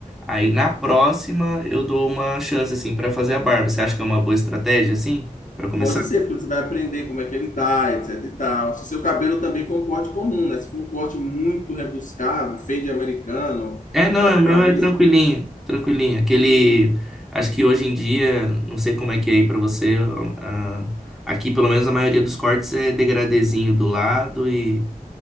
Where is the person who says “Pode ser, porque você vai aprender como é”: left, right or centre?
Left